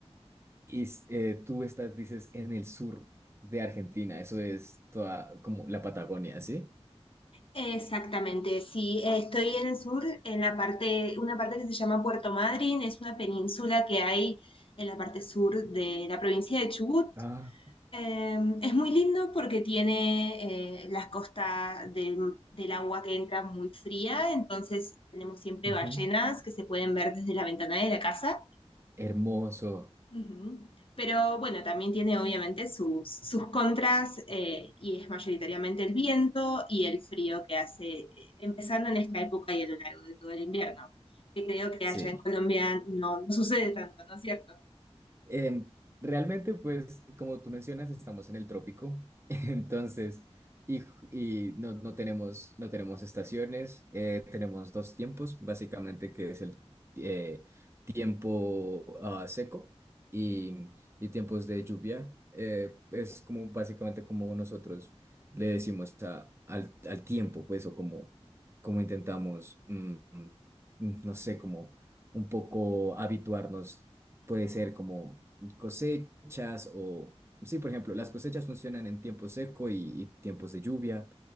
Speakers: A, on the right; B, on the left.
A: y, eh, tú estás, dices, en el sur de Argentina, eso es toda como la Patagonia, ¿sí?
B: Exactamente, sí, eh, estoy en el sur, en la parte, una parte que se llama Puerto Madryn, es una península que hay en la parte sur de la provincia de Chubut.
A: Ah,
B: Eh, es muy lindo porque tiene eh, las costas del del agua que entra muy fría, entonces tenemos siempre
A: ujú.
B: ballenas que se pueden ver desde la ventana de la casa.
A: Hermoso,
B: Ujú. Pero bueno, también tiene obviamente sus, sus contras eh, y es mayoritariamente el viento y el frío que hace, eh, empezando en esta época y a lo largo de todo el invierno, que creo que
A: sí.
B: allá en Colombia no, no sucede tanto, ¿no es cierto?
A: Eh, realmente, pues, como tú mencionas, estamos en el trópico, <laughs> entonces, y, y no, no tenemos, no tenemos estaciones, eh, tenemos dos tiempos, básicamente, que es el eh, tiempo ah, seco y, y tiempos de lluvia. Eh, es como, básicamente, como nosotros le decimos a- al, al tiempo, pues, o como, como intentamos, mm, mm, no sé, como un poco habituarnos Puede ser como cosechas o, sí, por ejemplo, las cosechas funcionan en tiempo seco y, y tiempos de lluvia